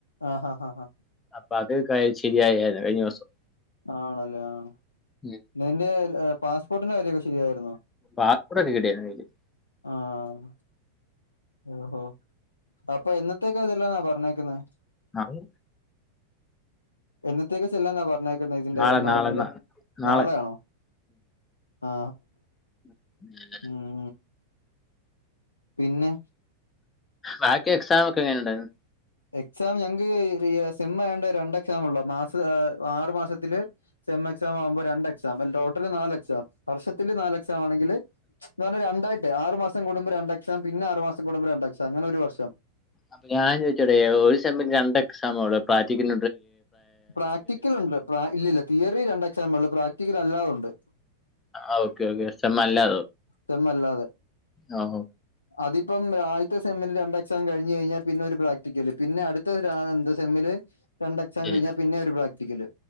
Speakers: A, on the left (about 80°); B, on the left (about 15°).
A: ആഹ ഹാ ആഹ ഹാ
B: അപ്പൊ അത് ശരിയരുന്നു കഴിഞ്ഞ ദിവസം
A: ആണല്ലേ ആ
B: ഉം
A: നിന്റെ പാസ്പോർട്ടിന്റെ കാര്യൊക്കെ ശരിയായിരുന്നു
B: പാസ്പോർട്ട് റെഡിയാക്കി കിട്ടിയാൽ മതിയായിരുന്നു
A: ആഹ് ഓഹോ അപ്പൊ എന്നത്തേക്കാ അതില്ലാന്നാ പറഞ്ഞേക്കുന്നത്
B: ആഹ്
A: എന്നത്തേക്ക് ചെല്ലാെനാ പറഞ്ഞ ഇതിന്റെ
B: നാളെ
A: എം ആർ
B: നാളെ
A: എഫിന്റെ
B: നാ- നാളെ
A: നാളെയ ആണോ ആ
B: ഉം
A: ഉം പിന്നെ
B: ബാക്കി എക്സാം ഒക്കെ എങ്ങനെയുണ്ടായിരുന്നു
A: എക്സാം ഞങ്ങക്ക് സേം ആയത്കൊണ്ട് രണ്ട് എക്സാം ഉള്ള മാസ ആറു മാസത്തെ സെം എക്സാം ആവുമ്പോ രണ്ട് എക്സാം അണെങ്കിൽ ടോട്ടൽ നാല് എക്സാം വർഷത്തില് നാല് എക്സാം ആണെങ്കില് എന്ന് പറഞ്ഞ രണ്ടായിട്ട് ആറു മാസം കൂടുമ്പോ രണ്ട് എക്സാം പിന്നെ ആറ മാസം കടുമ്പോ രണ്ട് എക്സാം അങ്ങനെ ഒരു വർഷം
B: അപ്പൊ ഞാൻ ചോദിച്ചോട്ടെ ഒരു സെം രണ്ട് എക്സാ ഒള്ളോ പ്രാക്റ്റിക്കൽ
A: പ്രാക്ടിക്കൽ ഉണ്ട് ഇല്ലല്ല തിയറി രണ്ട് എക്സാമ ഉള്ള പ്രാക്ടിക്കൽ അല്ലാത ഉണ്ട്
B: ആ ഓക്കെ ഓക്കെല്ലാതോ
A: സെം അല്ലാതെ
B: ആ
A: അതിപ്പം ആദ്യത്തെ സെമില് രണ്ട് എക്സാം കഴിഞ് കഴിഞ്ഞാൽ പിന്നെ ഒരു പ്രാക്ടിക്കല് പിന്നെ അടുത്ത എന്താ സെമ്മില് രണ്ട് എക്സാം
B: ഉം.
A: കഴിഞ്ഞാൽ പിന്നെ ഒരു പ്രാക്ടിക്കൽ